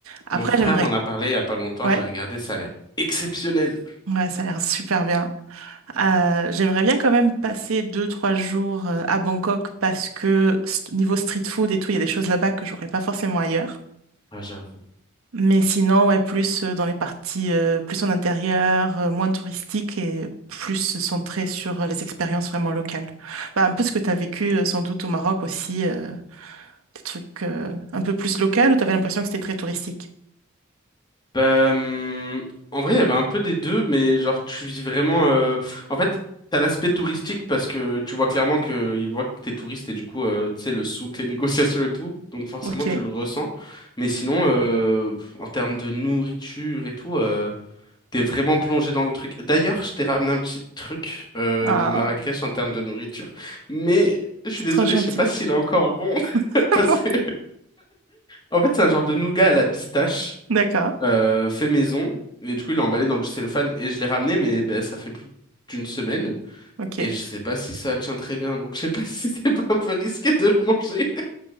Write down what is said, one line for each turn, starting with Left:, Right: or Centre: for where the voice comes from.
Right: Après,
Left: mon frère
Right: j'aimerais...
Left: m'en a parlé il y a pas longtemps.
Right: Ouais,
Left: J'ai regardé, ça a l'air exceptionnel.
Right: ouais, ça a l'air super bien. Euh, j'aimerais bien quand même passer deux, trois jours euh, à Bangkok parce que st- niveau street food et tout, il y a des choses là-bas que j'aurais pas forcément ailleurs.
Left: Ah, j'avoue.
Right: Mais sinon, ouais, plus euh, dans les parties, euh, plus en intérieur, euh, moins touristique et plus centré sur euh, les expériences vraiment locales. Bah, un peu ce que tu as vécu euh, sans doute au Maroc aussi, euh, des trucs euh, un peu plus locaux où tu avais l'impression que c'était très touristique.
Left: Bah, hum, en vrai, il y avait un peu des deux, mais genre, tu vis vraiment. euh, En fait, t'as l'aspect touristique parce que tu vois clairement que ils voient que t'es touriste et du coup, euh, tu sais, le souk, les <laughs> négociations et tout. Donc, forcément,
Right: Ok.
Left: tu le ressens. Mais sinon, euh, en termes de nourriture et tout, euh, t'es vraiment plongé dans le truc. D'ailleurs, je t'ai ramené un petit truc euh,
Right: Ah,
Left: de Marrakech en termes de nourriture, mais je suis
Right: c'est
Left: désolé,
Right: trop gentil.
Left: je sais pas s'il est encore bon <laughs>
Right: <laughs> Ah
Left: parce
Right: bon?
Left: que, en fait, c'est un genre de nougat à la pistache
Right: D'accord.
Left: euh, fait maison. Et du coup, il l'a emballé dans du cellophane et je l'ai ramené, mais ben, ça fait plus d'une semaine.
Right: Ok.
Left: Et je sais pas si ça tient très bien. Donc, je sais pas <laughs> si c'est pas un peu risqué de le manger.